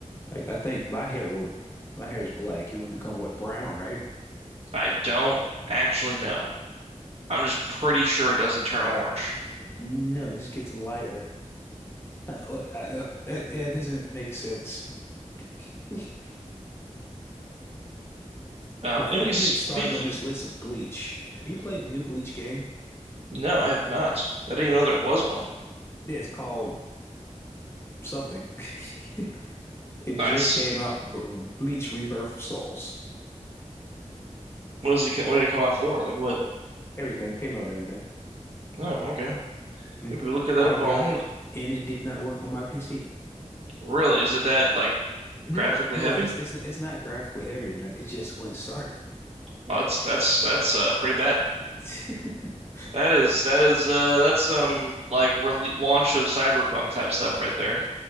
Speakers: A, on the left; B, on the right.
A: like I think my hair would my hair is black. It would become what brown, right?
B: I don't actually know. I'm just pretty sure it doesn't turn orange.
A: No, it just gets lighter. Uh, uh, uh, that, that doesn't make sense. <laughs>
B: Um
A: Before
B: anyway,
A: we
B: speaking.
A: get started on this list of bleach, have you played the new bleach game?
B: No, I have not. I didn't even know there was one.
A: Yeah, it's called something. <laughs> It just
B: Nice.
A: came out. B- Bleach Rebirth of Souls.
B: What does he? co- What did it come out for? Like what?
A: Everything came out. and Everything.
B: Oh, okay.
A: Mm.
B: Maybe we look at that
A: I
B: up
A: got
B: on.
A: it, and it did not work on my PC.
B: Really, is it that like
A: No,
B: graphically
A: no,
B: heavy?
A: it's it's it's not graphically heavy or nothing. It just wouldn't start.
B: Well, that's that's that's uh, pretty bad.
A: <laughs>
B: That is that is uh that's some like rele launch of Cyberpunk type stuff right there.